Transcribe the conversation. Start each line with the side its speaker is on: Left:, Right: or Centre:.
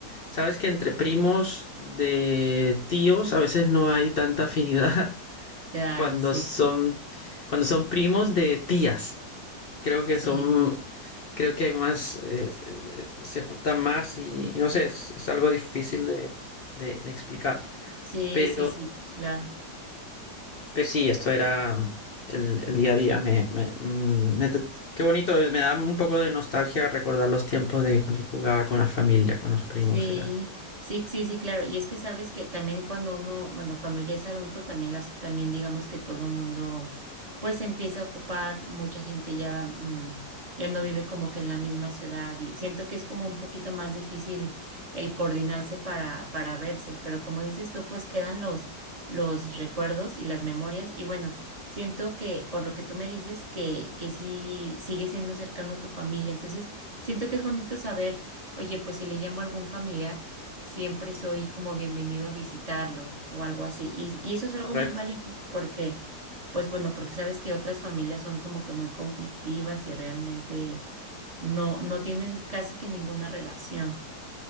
Left: sabes que entre primos de tíos a veces no hay tanta afinidad <laughs>
Right: claro,
Left: cuando
Right: sí,
Left: son
Right: sí,
Left: cuando son primos de tías creo que
Right: sí,
Left: son creo que hay más, eh, eh, se juntan más y, y no sé, es, es algo difícil de, de- de explicar.
Right: sí,
Left: Pero,
Right: sí, sí, claro.
Left: pero sí, esto era el, el día a día. Me, me- mm, me qué bonito, eh, me da un poco de nostalgia recordar los tiempos de cuando jugaba con la familia, con los primos
Right: Sí,
Left: y la...
Right: sí, sí, sí, claro. Y es que sabes que también cuando uno, bueno, cuando ya es adulto, también las, también digamos que todo el mundo, pues se empieza a ocupar, mucha gente ya, mm, ya no vive como que en la misma ciudad y siento que es como un poquito más difícil el coordinarse para, para verse, pero como dices tú, pues quedan los los recuerdos y las memorias. Y bueno, siento que por lo que tú me dices, que, que sí sigue siendo cercano a tu familia. Entonces, siento que es bonito saber, oye, pues si le llamo a algún familiar, siempre soy como bienvenido a visitarlo o algo así. Y, y eso es algo
Left: Correcto.
Right: muy valioso porque, pues bueno, porque sabes que otras familias son como que muy conflictivas y realmente no, no tienen casi que ninguna relación.